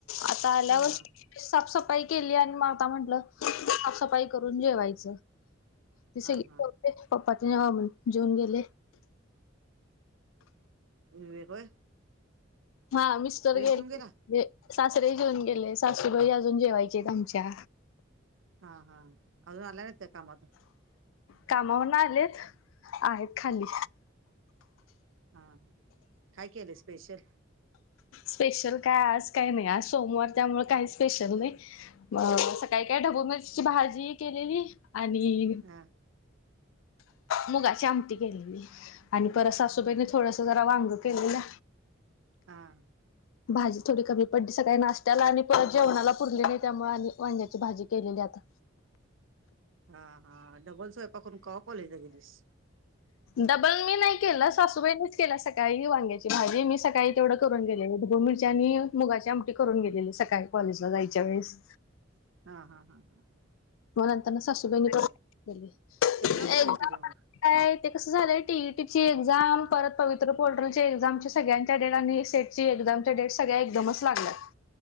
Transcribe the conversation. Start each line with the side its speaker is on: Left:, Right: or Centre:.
Left: आता आल्यावर
Right: हा हा
Left: साफसफाई केली आणि म आता म्हंटलं साफसफाई करून जेवायचं ति
Right: हा हा
Left: पप्पाचे ना जेऊन गेले
Right: ववेकय
Left: हा मिस्टर गेले
Right: जेऊन गेला
Left: सासरे जेऊन गेले सासूबाई अजून जेवायचे आमच्या
Right: हा हा अ नला र इेत कामत
Left: कामाहून आले आहेत खाली
Right: हा ह काय केलंय स्पेशल
Left: स्पेशल काय आज काही नाही आज सोमवार त्यामुळे काही स्पेशल नाही अ सकाळी काही ढबू मिरची भाजी केलेली आणि
Right: ह
Left: मुगाची आमटी केली आणि परत ससूबाईने थोडस जरा वांग केले ना
Right: हा
Left: भाजी थोडी कमी पडली सकाळी नाश्त्याला आणि जेवणाला पुरली नाही त्यामुळे आणि वांड्याची भाजी केलेली आता
Right: हा हा डबल स्वयंपाक करून क कॉलेजला गेलीस
Left: डबल मी नाही केलं सासूबाईनीच केला सकाळी वांग्याची भाजी मी सकाळी तेवढं ून गेले ग मिरच्या आणि मुगाची आमटी करून गेलेले सकाळी कॉलेजला ला जायच्या वेळेस
Right: हा हा हा हा ह
Left: मलांतरना सासूबाहिणी पली
Right: एक्झाम
Left: एक
Right: कधी तुझ्या मग
Left: काय ते कसं झालंय टीईटी ची एक्झाम परत पवित्र पोर्टल एक्झाम सगळ्यांच्या डेटाने सेट एझम डेट सगळ्या एकदमच लागल्या